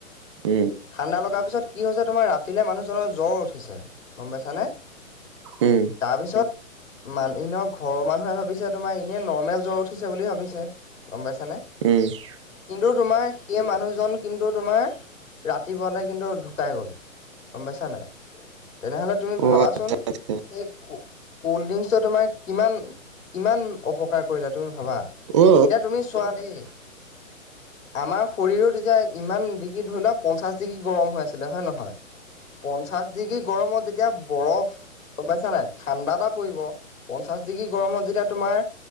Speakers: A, on the right; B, on the left.
A: উম, উম,
B: ঠাণ্ডা লগাৰ পিছত কি হৈছে তোমাৰ ৰাতিলে মানুহজনৰ জ্বৰ উঠিছে গম পাইছানে
A: উম,
B: তাৰপিছত মান ন ঘৰৰ মানুহে ভাবিছে তোমাৰ ই এনে নৰ্মেল জ্বৰ উঠিছে বুলি ভাবিছে গম পাইছ
A: উম।
B: কিন্তু তোমাৰ সেই মানুহজন কিন্তু তোমাৰ ৰাতিপুৱালৈ কিন্তু ঢুকাই গ'ল গম পাইছা নাই তেনেহ'লে তুমি
A: অ
B: ভাবাচোন
A: আচ্ছা আচ্ছা
B: সেই কোল্ড ড্ৰিংকচটো তোমাৰ কিমান কিমান অপকাৰ কৰিলে তুমি ভাবা
A: অ
B: এতিয়া তুমি চোৱা দেই আমাৰ শৰীৰত এতিয়া ইমান ডিগ্ৰী ধৰি লোৱাক পঞ্চাশ ডিগ্ৰী গৰম হৈ আছিলে হয়নে নহয় পঞ্চাশ ডিগ্ৰী গৰমত যেতিয়া বৰফ গম পাইছা নাই ঠাণ্ডা এটা পৰিব পঞ্চাশ পঞ্চাচ ডিগ্ৰী গৰমত যেতিয়া তোমাৰ